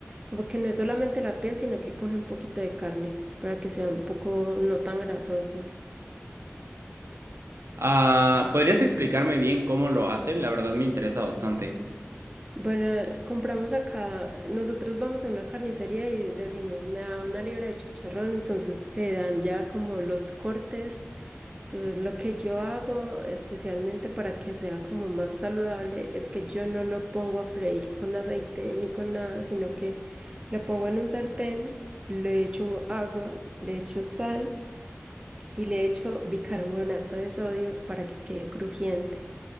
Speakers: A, on the right; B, on the right.
A: Como que no es solamente la piel, sino que coge un poquito de carne para que sea un poco no tan grasoso.
B: Ah, ¿podrías explicarme bien cómo lo hacen? La verdad me interesa bastante.
A: Bueno, compramos acá, nosotros vamos a una carnicería y decimos, me da una libra de chicharrón, entonces te dan ya como los cortes Entonces, lo que yo hago especialmente para que sea como más saludable es que yo no lo pongo a freír con aceite ni con nada, sino que lo pongo en un sartén, le echo agua, le echo sal y le echo bicarbonato de sodio para que quede crujiente.